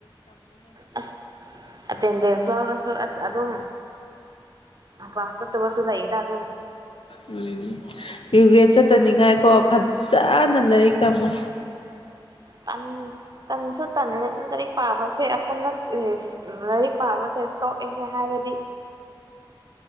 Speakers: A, on the right; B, on the left.
A: ꯁ ꯑꯇꯦꯟꯗꯦꯟꯁ ꯂꯔꯁꯨ ꯑꯗꯨꯝ ꯀ꯭ꯂꯥꯁ ꯆꯠꯇꯕꯁꯨ ꯂꯩꯗ ꯑꯗꯨꯝ
B: ꯎꯝ ꯔꯤꯒ꯭ꯔꯦꯠ ꯆꯠꯇꯅꯤꯡꯉꯥꯏ ꯀꯣ ꯆꯥꯅ ꯂꯥꯏꯔꯤꯛ ꯇꯝꯃꯨ
A: ꯄ ꯇꯁ ꯇ ꯇꯔ ꯄꯥꯕꯁꯦ ꯁꯟꯗꯛ ꯂꯥꯏꯔꯤꯛ ꯄꯥꯕꯁꯦ ꯇꯣꯛꯑꯦꯅꯦ ꯍꯥꯏꯔꯗꯤ